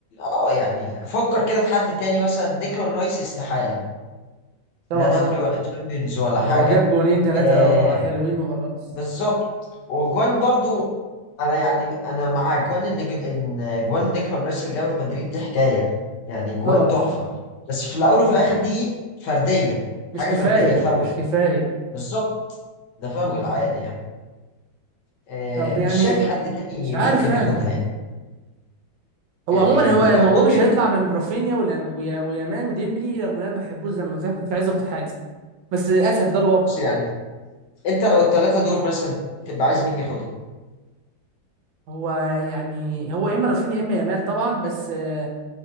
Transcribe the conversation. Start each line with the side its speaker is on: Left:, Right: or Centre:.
Left: اه يعني افكر كده في حد تاني مثلا ديكلان رايس استحالة
Right: طبعا
Left: لا دوري
Right: يعني
Left: ولا
Right: اكيد
Left: تشامبيونز ولا
Right: ده
Left: حاجة
Right: هو جاب جونين ثلاثة
Left: آه
Right: حلوين وخلاص
Left: بالظبط وجوان برضو انا يعني انا مع جوان ان جد- ان جوان ديكلان رايس اللي جابها في مدريد دي حكاية يعني جوان
Right: طبعا
Left: تحفة بس في الاول
Right: مم.
Left: وفي الاخر دي فردية حاجة
Right: مش كفاية
Left: فردية فاول
Right: مش كفاية
Left: بالظبط ده فاول
Right: مم.
Left: عادي يعني آه
Right: طب يعني
Left: مش شايف حد تاني
Right: مش عارف
Left: ممكن
Right: انا
Left: ياخدها يعني
Right: هو
Left: يعني
Right: عموما
Left: تبقى
Right: هو الموضوع
Left: ممكن
Right: مش هيطلع من رافينيا والأم- ويا- ويامال وديمبلي رغم ان انا ما بحبوش زي ما قلت لك مش عايز اخد حاجة بس للاسف ده الواقع
Left: بس يعني انت لو الثلاثة دول مثلا تبقى عايز مين ياخدها
Right: هو يعني هو يا اما رافينيا يا اما يامال طبعا بس آه،